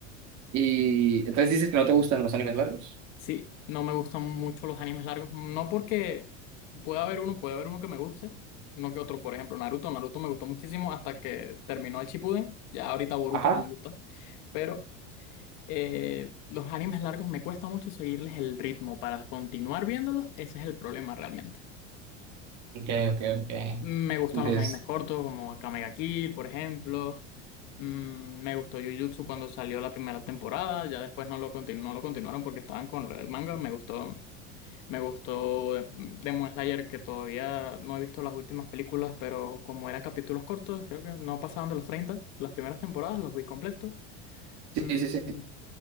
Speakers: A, on the right; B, on the left.
A: Y entonces dices que no te gustan los animes largos.
B: Sí, no me gustan mucho los animes largos. No porque pueda haber uno, puede haber uno que me guste, no que otro. Por ejemplo, Naruto. Naruto me gustó muchísimo hasta que terminó el Shippuden. Ya ahorita Boruto
A: Ajá.
B: no me gusta. Pero eh, los animes largos me cuesta mucho seguirles el ritmo. Para continuar viéndolos, ese es el problema realmente.
A: Ok, ok, ok.
B: Me gustan
A: Entonces,
B: los animes cortos, como Akame ga Kill, por ejemplo. Mm, me gustó Jujutsu cuando salió la primera temporada. Ya después no lo, continu- no lo continuaron porque estaban con el manga. Me gustó me gustó de- Demon Slayer, que todavía no he visto las últimas películas, pero como eran capítulos cortos, creo que no pasaban de los treinta las primeras temporadas los vi completos.
A: sí,
B: Mm,
A: sí, sí.